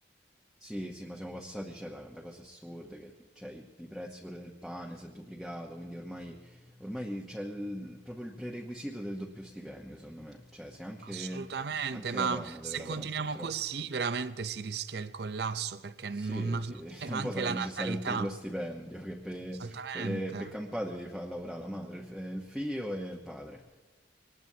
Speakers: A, in the centre; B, on the right.
A: Sì, sì, ma siamo passati, cioè, da, da cose assurde, che, cioè, i, i prezzi pure del pane si è duplicato, quindi ormai, ormai c'è il- proprio il prerequisito del doppio stipendio, secondo me. Cioè, se anche,
B: Assolutamente,
A: anche
B: ma
A: la donna deve
B: se
A: lavorare,
B: continuiamo
A: purtroppo.
B: così veramente si rischia il collasso perché
A: Sì,
B: non, non
A: sì, <laughs>
B: c'è
A: tra
B: anche
A: un po' sarà
B: la
A: necessario
B: natalità.
A: il triplo stipendio, che per
B: Esattamente.
A: pe, pe campare devi far lavorare la madre, il, eh, il figlio e il padre.